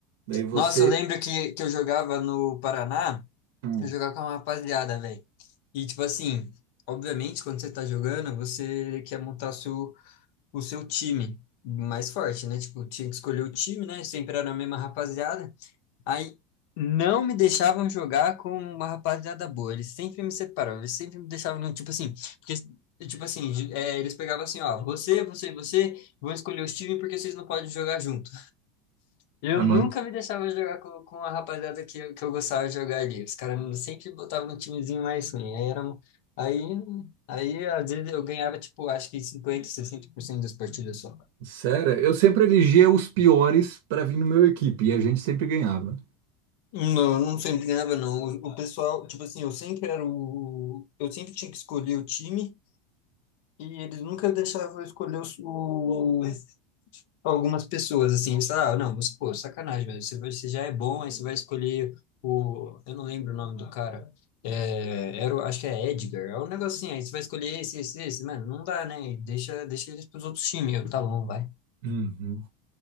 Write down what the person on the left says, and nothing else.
Nossa, eu lembro que, que eu jogava no Paraná,
eu jogava com uma rapaziada, velho. E, tipo assim, obviamente, quando você tá jogando, você quer montar o seu, o seu time mais forte, né? Tipo, tinha que escolher o time, né? Sempre era a mesma rapaziada. Aí não me deixavam jogar com uma rapaziada boa. Eles sempre me separavam, eles sempre me deixavam, no- tipo assim, porque, tipo assim, de- é, eles pegavam assim, ó, você, você e você vão escolher os times porque vocês não podem jogar junto. Eu
nunca
me deixava jogar com, com a rapaziada que, eu- que eu gostava de jogar ali. Os caras me- sempre botavam no timezinho mais ruim. Aí era, aí, aí às vezes eu ganhava, tipo, acho que cinquenta, sessenta por cento das partidas só.
Não, eu não sempre ganhava, não. O, o pessoal, tipo assim, eu sempre era o. Eu sempre tinha que escolher o time e eles nunca deixavam eu escolher os- o, algumas pessoas, assim. Eles falavam, "Ah, não, você, pô, sacanagem, velho. Você, vai- você já é bom, aí você vai escolher o. Eu não lembro o nome do cara. É, era, o- acho que é Edgar. É um negocinho aí. Você vai escolher esse, esse, esse. Mano, não dá, né? Deixa, deixa eles pros outros times. Eu, tá bom, vai.